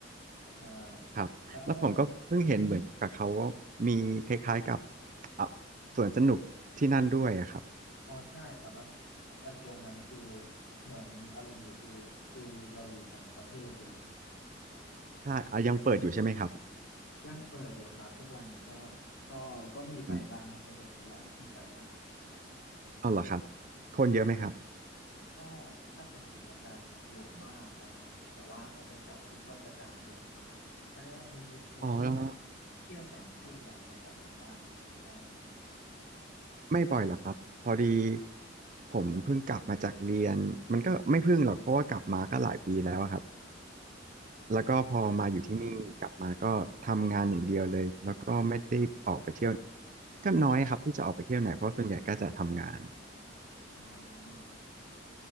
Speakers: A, on the left (about 80°); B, on the right (about 45°).
A: ใช่
B: ครับแล้วผมก็เพิ่งเห็นเหมือนกับเขาว่ามีคล้ายๆกับ
A: แล้ว
B: อ่ะสวนสนุกที่นั่นด้วยอะครับ
A: อ๋อใช่ครับอ่ะเออตรงนั้นคือเหมือนอารมณ์อยู่ฟิลฟิลเราอยู่ต่างประเทศเลย
B: ใช่อ่ะยังเปิดอยู่ใช่ไหมครับ
A: ยังเปิดอยู่ครับทุกวันนี้ก็ก็ก็มีไปบ้างครับเมื่อเดือนที่แล้วก็เพิ่งไปมา
B: อืมเอาเหรอครับคนเยอะไหมครับ
A: ครับ ก็ถ้าเป็นสุดสัปดาห์เนี่ยเยอะมากครับแต่ว่าถ้าเป็นเสาร์อาทิตย์ก็จะจางลงหน่อยอันนี้วันนี้เคย
B: อ๋อแล้ว
A: ไปเที่ยวต่างประเทศบ่อยไหมครับหรือว่าหรือว่ายังไง
B: ไม่บ่อยหรอกครับพอดีผมเพิ่งกลับมาจากเรียนมันก็ไม่เพิ่งหรอกเพราะว่ากลับมาก็หลายปีแล้วอะครับ
A: อืม
B: แล้วก็พอมาอยู่ที่นี่กลับมาก็ทำงานอย่างเดียวเลยแล้วก็ไม่ได้ออกไปเที่ยวก็น้อยครับที่จะออกไปเที่ยวไหนเพราะส่วนใหญ่ก็จะทำงาน
A: อ๋อ